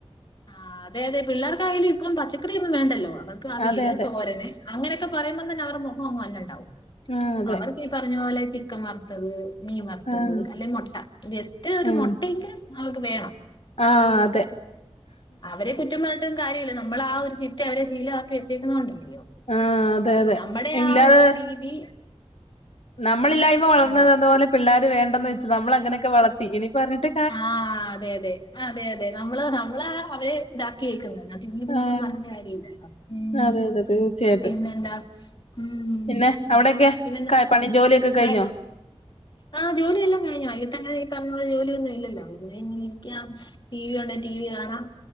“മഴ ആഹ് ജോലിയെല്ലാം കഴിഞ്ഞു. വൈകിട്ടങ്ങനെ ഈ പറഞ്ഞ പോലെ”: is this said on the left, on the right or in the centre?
Left